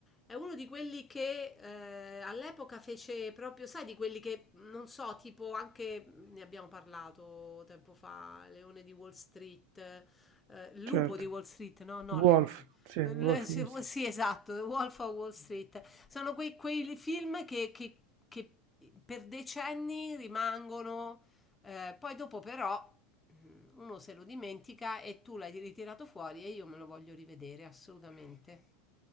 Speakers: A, on the left; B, on the right.
A: è uno di quelli che eh, all'epoca fece proprio, sai, di quelli che, non so, tipo anche, ne abbiamo parlato tempo fa, Leone di Wall Street, eh, Lupo
B: Certo.
A: di Wall Street, no, no,
B: Wolf,
A: Leone.
B: sì,
A: Eh,
B: Wolf
A: Sì,
B: Wolf.
A: sì, esatto, The Wolf of Wall Street. Sono quei, quei film che, che- che per decenni rimangono eh, poi dopo però mm, uno se lo dimentica e tu l'hai ritirato fuori e io me lo voglio rivedere assolutamente.